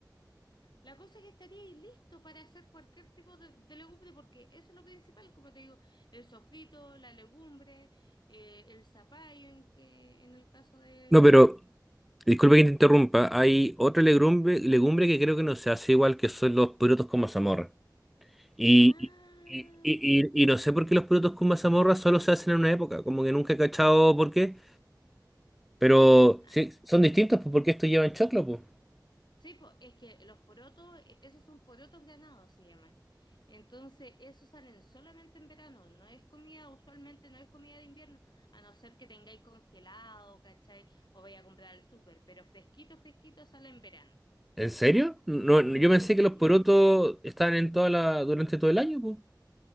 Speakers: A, on the left; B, in the centre.
A: La cosa es que estaría ahí listo para hacer cualquier tipo de, de legumbre porque eso es lo principal, como te digo, el sofrito, la legumbre, eh, el zapallo en, que, en el caso de...
B: No, pero disculpe que te interrumpa. Hay otra legumbre, legumbre que creo que no se hace igual que son los porotos con mazamorra. Y,
A: Ah,
B: y, y, y- y no sé por qué los porotos con mazamorra solo se hacen en una época. Como que nunca he cachado por qué. Pero
A: ah,
B: sí, son distintos pues, porque estos llevan choclo, pues.
A: Sí, po, es que los porotos, eh, esos son porotos granados, se llaman. Entonces, esos salen solamente en verano, no es comida, usualmente no es comida de invierno, a no ser que tengáis congelado, ¿cachai? O vaya a comprar al súper, pero fresquito, fresquito sale en verano.
B: ¿En serio? No, no, yo pensé
A: Sí,
B: que los porotos estaban en toda la, durante todo el año, pues.